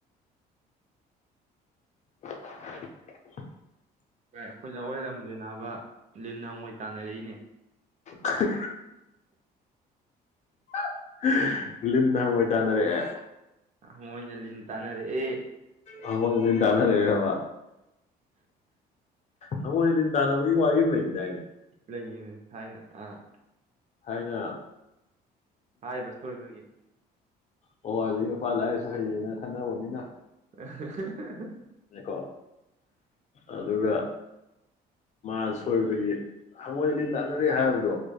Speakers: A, on the left; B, on the right.
A: <inaudible>
B: ꯕꯥꯢ ꯑꯩꯈꯣꯏ ꯂꯧꯋꯥꯏꯔꯝꯗꯦꯅꯥꯕ ꯂꯤꯟ ꯅ ꯍꯉꯣꯢꯏ ꯇꯥꯟꯅꯔꯛꯏꯅꯦ
A: ꯍꯍꯍ ꯍꯍꯍ ꯂꯤꯟꯅ ꯍꯪꯉꯣꯏ ꯇꯥꯅꯔꯛꯑꯦ
B: ꯍꯉꯣꯢꯅ ꯂꯤꯟ ꯇꯅꯔꯦ ꯑꯦ
A: ꯍꯪꯉꯣꯏꯅ ꯂꯤꯟ ꯇꯥꯟꯅꯔꯛꯑꯦꯕ ꯍꯪꯉꯣꯏ ꯂꯤꯟ ꯇꯥꯟꯅꯕꯒꯤ ꯋꯥꯔꯤ ꯑꯃ ꯂꯩꯒꯤꯗꯥꯢꯅꯦ
B: ꯂꯩꯌꯦꯅꯦ ꯊꯥꯏꯅ ꯑꯥ
A: ꯍꯥꯏꯅ
B: ꯍꯥꯏꯕ <unintelligible>
A: ꯍꯣꯏ ꯑꯗꯨꯒꯤ ꯅꯨꯄꯥ ꯂꯥꯛꯑꯦꯁꯨ ꯍꯩꯌꯦꯅ ꯈꯟꯅꯔꯕ ꯃꯤꯅ
B: ꯑꯍꯍꯍꯍ
A: ꯀꯣ ꯑꯗꯨꯒ ꯃꯥ ꯁꯣꯏꯕꯗꯒꯤ ꯍꯪꯉꯣꯏꯅ ꯂꯤꯟ ꯂꯥꯟꯅꯔꯦ ꯍꯥꯏꯕꯗꯣ